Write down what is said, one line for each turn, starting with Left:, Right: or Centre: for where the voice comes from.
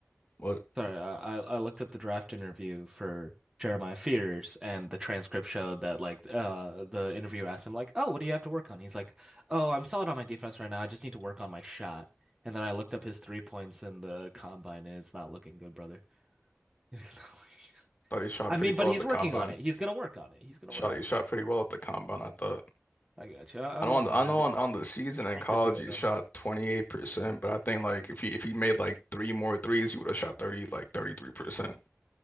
Left: Well,
Right: Sorry, I I I looked up the draft interview for Jeremiah Fears, and the transcript showed that like uh the interviewer asked him like, "Oh, what do you have to work on?" He's like, "Oh, I'm solid on my defense right now. I just need to work on my shot." And then I looked up his three points in the combine, and it's not looking good, brother. <laughs> It's not looking-
Left: thought he shot
Right: I mean,
Left: pretty well
Right: but he's
Left: in the
Right: working
Left: combine.
Right: on it. He's gonna work on it. He's gonna
Left: Shot,
Right: work.
Left: he shot pretty well at the combine, I thought.
Right: on it. I got you. I, I'm
Left: I know
Right: looking
Left: on the, I know
Right: at it.
Left: on, on the season
Right: He
Left: in
Right: bricked
Left: college
Right: a few of
Left: he
Right: them.
Left: shot 28%, but I think like if he if he made like three more threes, he would have shot 30 like 33%,